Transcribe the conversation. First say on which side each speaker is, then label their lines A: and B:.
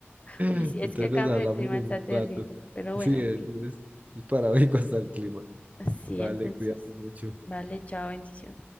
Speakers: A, on the right (about 35°); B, on the left (about 30°).
A: Entonces
B: Uy, sí, es que el
A: nos
B: cambio
A: hablamos
B: de clima
A: en
B: está
A: un
B: terrible,
A: rato.
B: pero bueno,
A: Sí,
B: en
A: es,
B: fin.
A: es, es paradójico hasta <laughs> el clima.
B: Así,
A: Vale,
B: entonces,
A: cuídate mucho.
B: vale, chao, bendición.